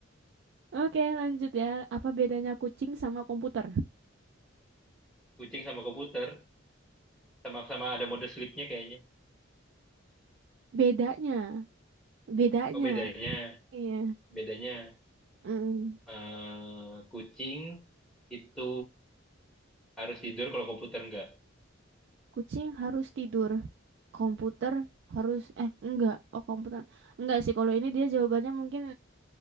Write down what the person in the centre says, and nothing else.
Kucing sama komputer, sama-sama ada mode sleep-nya kayaknya.
Oh bedanya,
bedanya
eh, kucing itu harus tidur kalau komputer enggak.